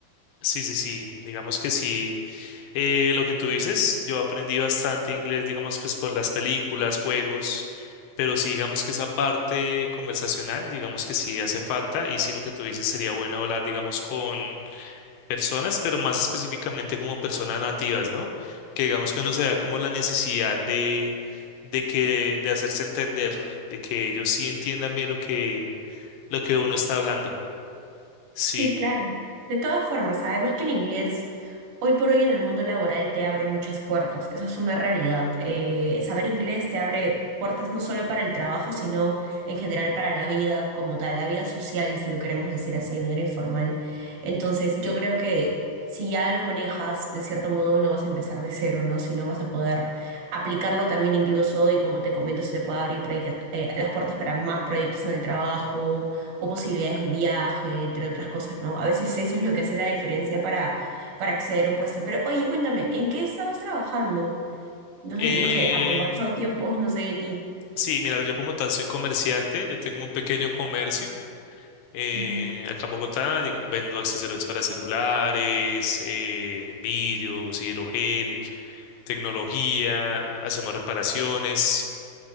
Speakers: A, on the left; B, on the right.
A: sí, sí, sí. Digamos que sí. Eh, lo que tú dices, yo aprendí bastante inglés, digamos, pues por las películas, juegos, pero sí, digamos que esa parte conversacional, digamos que sí hace falta y sí lo que tú dices sería bueno hablar, digamos, con personas, pero más específicamente como personas nativas, ¿no? Que digamos que uno se da como la necesidad de, de que, de hacerse entender, de que ellos sí entiendan bien lo que, lo que uno está hablando. Sí.
B: Sí, claro. De todas formas, además que el inglés... Hoy por hoy en el mundo laboral te abre muchas puertas, eso es una realidad. Eh, saber inglés te abre puertas no solo para el trabajo, sino en general para la vida como tal, la vida social, si lo queremos decir así de manera informal. Entonces, yo creo que si ya lo manejas, de cierto modo no vas a empezar de cero, ¿no? Sino vas a poder aplicarlo también incluso y como te comento, se te puede abrir proyectos- eh, las puertas para más proyectos en el trabajo o posibilidades de viaje, entre otras cosas, ¿no? A veces eso es lo que hace la diferencia para para acceder a un puesto. Pero oye, cuéntame, ¿en qué estabas trabajando? No
A: Em,
B: sé, no sé, ha, ha pasado tiempo, no sé de ti.
A: sí, mira, yo como tal soy comerciante, yo tengo un pequeño comercio. Eh,
B: Ujú.
A: acá en Bogotá, digamos, vendo accesorios para celulares, eh, vidrios, hidrogel, tecnología, hacemos reparaciones.